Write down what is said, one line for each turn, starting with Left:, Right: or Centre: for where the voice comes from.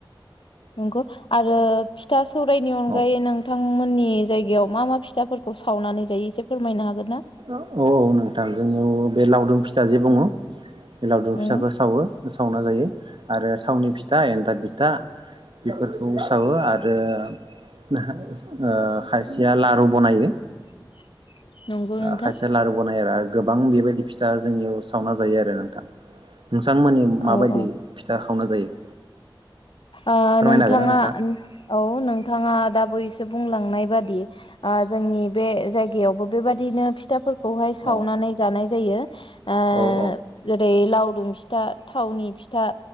Left: नंगौ आरो फिथा सौरायनि अनगायै
Right: औ
Left: नोंथांमोननि जायगायाव मा मा फिथा फोरखौ सावनानै जायो एसे फोरमायनो हागोन ना?
Right: औ औ नोंथां जोंनियाव बे लावदुम फिथा जे बुङो। लावदुम फिथाखौ
Left: उम
Right: सावो। सावना जायो आरो थावनि फिथा, एन्थाब फिथा बेफोरखौ सावो आरो ओ खायसिया लारु बनायो।
Left: <unintelligible> नोंथां
Right: खायसेया लारु बनायो आरो गोबां बेबायदि फिथा जोंनियाव सावना जायो आरो नोंथां। नोंसांमोननि माबायदि
Left: औ औ
Right: फिथा खावना जायो
Left: ओ
Right: फोरमायनो
Left: नोंथांङा
Right: हागोन ना नोंथाङा
Left: औ नोंथांङा दा बै बुंलांनाय बादि जोंनि बे जायबो बेबायदिनो फिथाफोर खौहाय सावनानै
Right: औ
Left: जानाय जायो ओ
Right: औ औ
Left: जेरै लावदुम फिथा, थावनि फिथा।